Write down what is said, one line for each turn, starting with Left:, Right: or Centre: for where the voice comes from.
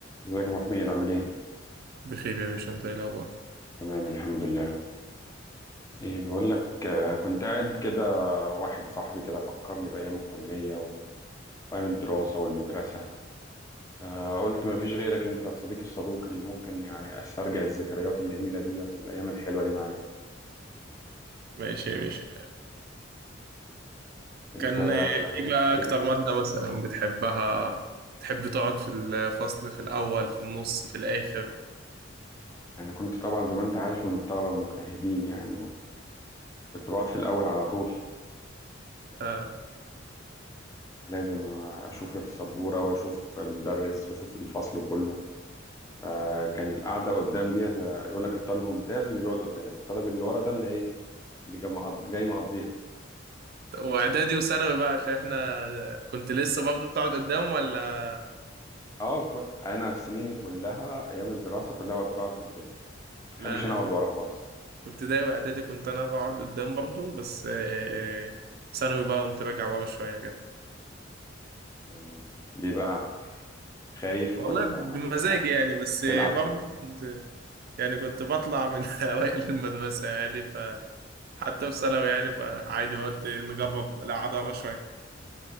Left: ازيك يا ابو حميد عامل ايه
Right: بخير يا باشا انت ايه الاخبار
Left: تمام الحمد لله ايه بقول لك آه، كنت قاعد كده واحد صاحبي كده فكرني بايام الكليه و- وايام الدراسه والمدرسه فقلت ما فيش غيرك انت الصديق الصدوق اللي ممكن يعني استرجع الذكريات الجميله ديت والايام الحلوه دي معايا
Right: ماشي يا باشا
Left: انت
Right: كان ايه بقى
Left: تفتكر
Right: اكتر مادة مثلا بتحبها تحب تقعد في الفصل في الاول في النص في الاخر
Left: انا كنت طبعا زي ما انت عارف من الطلبه المجتهدين يعني وكنت بقعد في الاول على طول
Right: آه.
Left: لازم اشوف السبوره واشوف المدرس واشوف الفصل كله فكان القعده قدام دي آه، يقول لك الطالب الممتاز اللي بيقعد قدام الطالب اللي ورا ده اللي ايه اللي جا مقض- جاي مقضيها
Right: واعدادي وثانوي بقى عشان احنا كنت لسه برضه بتقعد قدام ولا
Left: اه كل انا في سنيني كلها ايام الدراسه كلها بقعد بقعد قدام ما بحبش
Right: لا انا
Left: انا اقعد
Right: في
Left: ورا خالص
Right: ابتدائي واعدادي كنت انا بقعد قدام برضه بس آه، آه، ثانوي بقى قمت راجع ورا شوية كده
Left: مم. ليه بقى خايف
Right: والله
Left: ولا
Right: بمزاجي يعني بس
Left: تلعب
Right: برضه كنت يعني كنت بطلع من <laughs> اوائل المدرسة يعني حتى في ثانوي يعني فعادي بقى قلت نجرب العذارة شوية